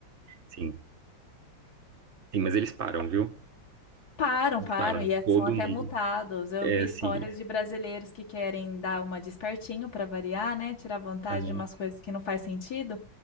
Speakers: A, on the right (about 45°); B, on the left (about 50°).
A: Sim, sim, mas eles param, viu?
B: Param,
A: Eles
B: param,
A: param,
B: e é-
A: todo
B: são até
A: mundo.
B: multados. Eu
A: É,
B: vi histórias
A: sim,
B: de brasileiros que querem dar uma despertinho para variar, né? Tirar vantagem
A: aham,
B: de umas coisas que não faz sentido.